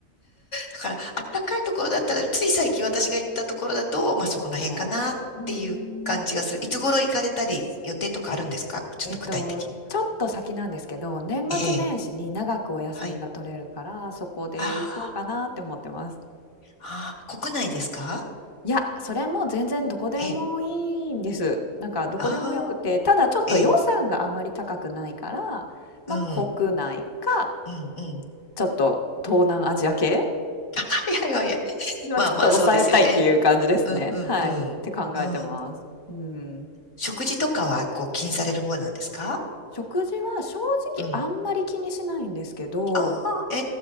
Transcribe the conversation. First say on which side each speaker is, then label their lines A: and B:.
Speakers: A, on the left; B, on the left.
A: だから、あったかいところだったら、つい最近私が行ったところだと、まあそこの辺かなっていう感じがする。
B: 沖縄。うーん。
A: いつ頃行かれたり、予定とかあるんですかちょっと具体的に。
B: えっと、ちょっと先なんですけど、年末年始に長くお休みが取れるから、
A: ええ、はい。
B: そこで行こうかなって思ってます。
A: ああ、ああ、国内ですか
B: いや、それも全然どこでもいいんです。
A: ええ、
B: なんかどこでもよくて、
A: ああ、
B: ただちょっと予算があまり高くないから、
A: ええ、
B: まあ国内か、
A: うん、うん、うん。
B: ちょっと東南アジア系、
A: はいはいはいはい。
B: まあ、
A: まあまあ、
B: ちょっと抑えたいっていう感じですね。
A: そうですよね。うんうんうん。
B: はい。って考えてます。
A: あー
B: うん。
A: 食事とかはこう気にされる方なんですか
B: 食事は正直あんまり気にしないんですけど、
A: うん。ああ、え